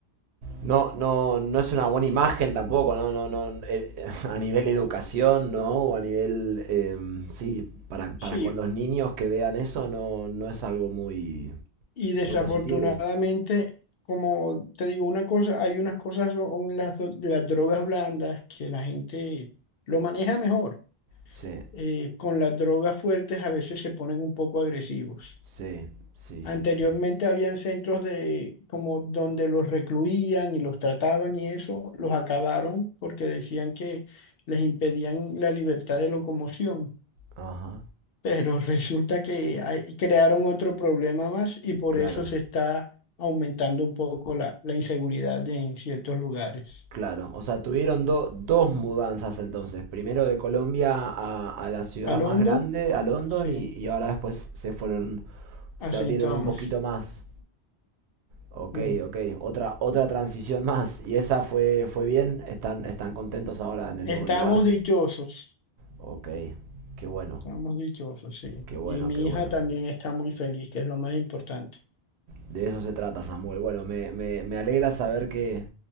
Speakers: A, on the right; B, on the left.
A: No, no, no es una buena imagen tampoco, no, no, no. eh, <laughs> a nivel educación, ¿no? O a nivel, eh, sí, para,
B: Sí,
A: para con los niños que vean eso, no, no es algo muy,
B: Y desafortunadamente,
A: muy positivo.
B: como te digo una cosa, hay unas cosas, son las, do- de las drogas blandas que la gente lo maneja mejor.
A: Sí,
B: Eh, con las drogas fuertes a veces se ponen un poco agresivos.
A: sí, sí,
B: Anteriormente
A: sí, sí.
B: habían centros de como donde los recluían y los trataban y eso, los acabaron porque decían que les impedían la libertad de locomoción.
A: Ajá,
B: Pero resulta que hay- crearon otro problema más y por
A: claro,
B: eso se está aumentando un poco la, la inseguridad de- en ciertos lugares.
A: claro. O sea, tuvieron do- dos mudanzas entonces. Primero de Colombia a, a la ciudad
B: ¿A London?
A: más grande, a London,
B: Sí,
A: y, y ahora después se fueron,
B: a
A: se
B: Saint
A: abrieron
B: Thomas.
A: un poquito más. Ok,
B: Mm.
A: ok. Otra, otra transición más. ¿Y esa fue, fue bien? ¿Están, están contentos ahora en el nuevo
B: Estamos
A: lugar?
B: dichosos,
A: Ok, qué bueno,
B: estamos dichosos, sí.
A: qué bueno,
B: Y mi
A: qué bueno.
B: hija también está muy feliz, que es lo más importante.
A: De eso se trata, Samuel. Bueno, me, me, me alegra saber que,